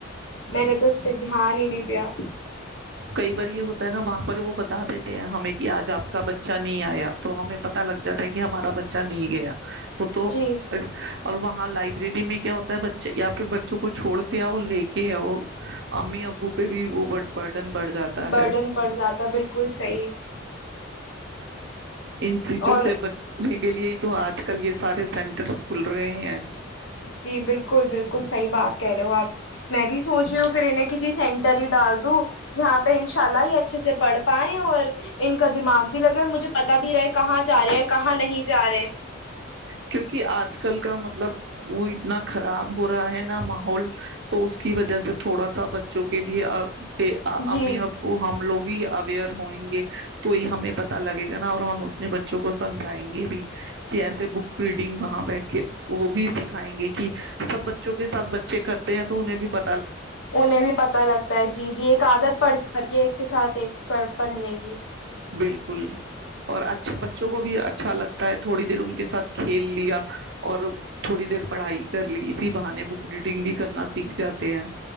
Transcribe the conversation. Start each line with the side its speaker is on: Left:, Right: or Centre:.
Left: میں نے تو اس پہ دھیان ہی نہیں دیا
Right: کئی بار یہ ہوتا ہے نا وہاں پر وہ بتا دیتے ہیں ہمیں کہ آج آپ کا بچہ نہیں آیا تو ہمیں پتتا لگ جاتا ہے کہ ہمارا بچہ اا نہیں گیا وہ تو
Left: جی
Right: اور وہاں لائٹ ڈی میں کیا ہوتا ہے بچے یا پھر بے بچوں کو چھوڑ کے آؤ لے کے آؤ امی ابو پہ بھی وہ برڈن بڑھ جاتا
Left: برڈن
Right: ہے
Left: پڑ جاتا بالکل صحیح
Right: ان چیزوں
Left: اور
Right: سے بچنے کے لیے تو آج کل یہ سارے سینٹر کھل رہے ہیں
Left: جی بالکل بالکل صحیح بات ہے کہہ رہے ہو آپ میں بھی سوچ رہی ہوں پھر انہیں کسی سینٹر ہی ڈال دوں جہاں پہ انشاء اللہ ہی اچھے سے پڑھ پائےیں اور ان کا دماغ بھی لگے اور مجھے پتا بھی رہے کہاں جا رہے ہے کہاں نہیں جا رہے
Right: کیونکہ آج کل کا مطلب وہ اتنا خراب ہو رہا ہے ماحول تو اس کی وجہ سے تھوڑا سا بچ بوں کے لیے امی
Left: جی
Right: او ہم لوگ ہی اوئر ہوئیں گے تو یہ ہمیں پ پتا لگے گا نا اور ہم اپنے بچوں کو سمجھائیں گے بھی کہ ایسے بک ریڈنگ کہاں بیٹھ کے وہ بھی سکھائیں گے کہ سب بچوں کے ساتھ بچے کرتے ہیں تو انہیں بھی پ
Left: انہیں بھی پتا لگتا ہے جی جی ایک عادت پڑ ہے کے ساتھ ایک پر پڑھنے کی
Right: بالکل اور اچھا بچوں کو بھی اچھا لگتا ہے تھوڑی دیر ان کے ساتھ کھیل لیا اور تھوڑی دیر پڑھائی کر لی اسی بہانے بک ریڈنگ بھی کرنا سیکھ جاتے ہیں